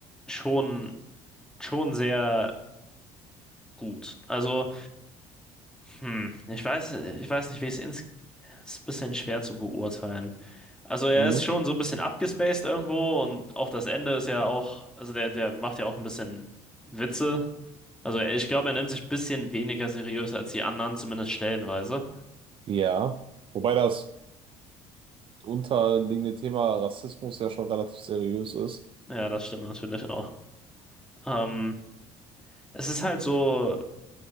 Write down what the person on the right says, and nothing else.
Mhm.
Ja. Wobei das unterliegende Thema Rassismus ja schon relativ seriös ist.